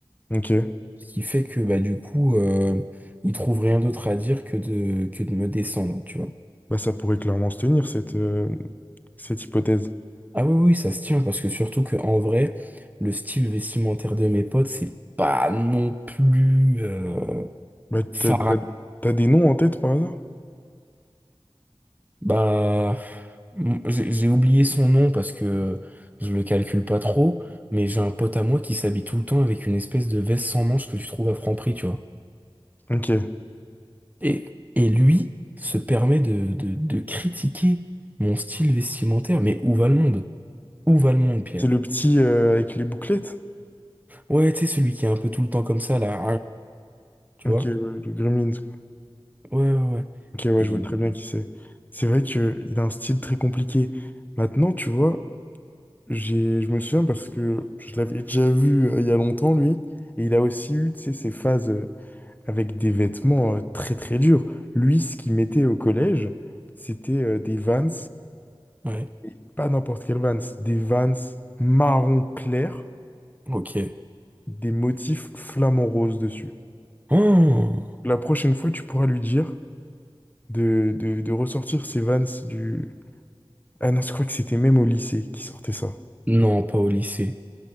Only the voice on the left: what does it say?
Ok.
Bah ça pourrait clairement se tenir cette, euh, cette hypothèse.
Bah
t'as, t'as- t'as des noms en tête par hasard?
Ok.
C'est le petit euh, avec les bouclettes?
Ok,
ouais, le Gremlins. quoi.
Ok, ouais,
je vois très bien qui c'est. C'est vrai que il a un style très compliqué. Maintenant, tu vois. J'ai, je me souviens parce que je l'avais déjà vu euh, il y a longtemps, lui, et il a aussi eu, tu sais, ses phases euh, avec des vêtements euh, très très durs. Lui, ce qu'il mettait au collège, c'était euh, des Vans,
et pas n'importe quel Vans, des Vans marron clair,
des motifs flamants roses dessus.
La prochaine fois, tu pourras lui dire de, de, de ressortir ces Vans du... Ah non, je crois que c'était même au lycée qui sortait ça.